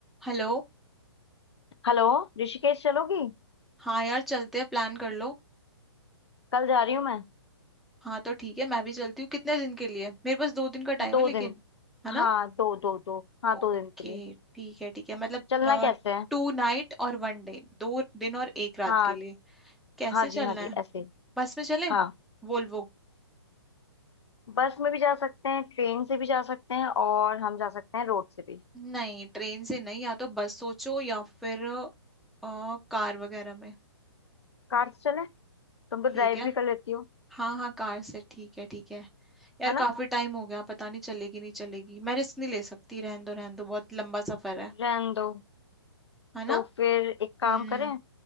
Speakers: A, in the centre; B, on the left.
A: Hello
B: Hello Rishikesh चलोगी
A: हाँ यार चलते हैं प्लान कर लो
B: कल जा रही हूँ मैं
A: हाँ तो ठीक है मैं भी चलती हूँ कितने दिन के लिए मेरे पास दो दिन का टाइम
B: दो
A: है लेकिन
B: दिन
A: है ना
B: हाँ दो दो दो हाँ
A: ओके
B: दो दिन के लिए
A: ठीक है ठीक है मतलब
B: चलना कैसे है
A: टू नाइट और वन डे दो दिन और एक रात
B: हाँ
A: के लिए कैसे
B: हाँ जी
A: चलना
B: हाँ जी
A: है
B: ऐसे ही।
A: बस में चलें
B: हाँ
A: वोल्वो
B: बस में भी जा सकते हैं ट्रेन से भी जा सकते हैं और हम जा सकते हैं रोड से भी
A: नहीं ट्रेन से नहीं या तो बस सोचो या फिर अ, कार वगैरह में
B: कार से चलें तुम तो
A: ठीक
B: ड्राइव
A: है
B: भी कर लेती हो
A: हाँ हाँ कार से ठीक है ठीक है यार
B: है ना
A: काफी टाइम हो गया पता नहीं चलेगी नहीं चलेगी मैं रिस्क नहीं ले सकती रहन दो रहन दो बहुत लंबा सफर है
B: रहने दो
A: है
B: तो
A: ना
B: फिर एक काम
A: हम्म
B: करें